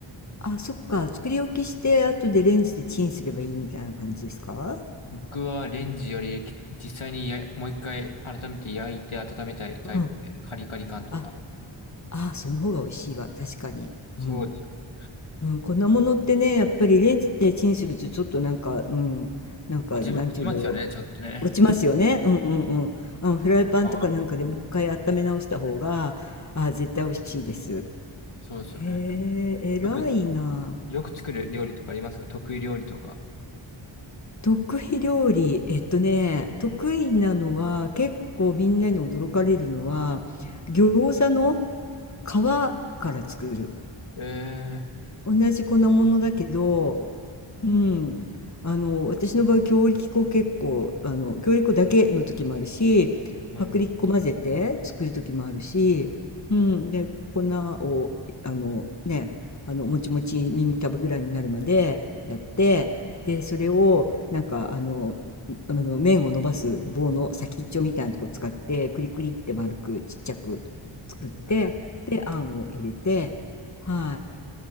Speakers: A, on the left; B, on the left.
A: あ、そっか。作り置きして、後でレンジでチンすればいいみたいな感じですか
B: 僕はレンジより実際にやもう一回改めて焼いて温めたいタイプで、
A: うん。
B: カリカリ感とか。
A: あ、あ、その方が美味しいわ。確かに。
B: そうですよね。
A: うん。うん、粉物ってね、やっぱりレンジでチンするとちょっとなんか、うん、なんか、
B: 味も落ちますよね、
A: なんていうんだろ
B: ちょっとね。
A: う。落ちますよね。うんうんうん。あの、フライパンとかなんかでもう一回温め直した方が、
B: 皮はうん
A: あ、絶対美味しいです。
B: そうですよね。
A: へえ、偉いな。
B: よく、よく作る料理とかありますか得意料理とか。
A: 得意料理、えっとね、得意なのは結構みんなに驚かれるのは餃子の皮から作る。
B: え
A: 同じ粉物だけどうん、あの私の場合強力粉結構あの強力粉だけの時もあるし薄力粉混ぜて作る時もあるし、
B: ー、え
A: うん、で粉をあのねあのもちもち耳たぶぐらいになるまでやってでそれをなんかあのあの麺を伸ばす棒の先っちょみたいなとこ使ってクリクリって丸くちっちゃく作ってであんを入れてはい
B: ー、えー